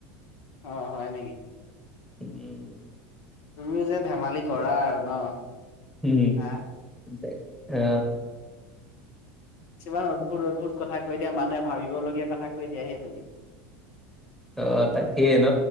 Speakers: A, on the left; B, in the centre.
A: অ, হয় নেকি।
B: উম উ উ উ
A: তুমিও যে ধেমালি কৰা আৰু ন।
B: হুম
A: হা
B: হুম তা অ
A: কিছুমান অদ্ভুত অদ্ভুত কথা কৈ দিয়া মানুহে ভাবিবলগীয়া কথা কৈ দিয়া সে তুমি
B: অ তাকেই ন।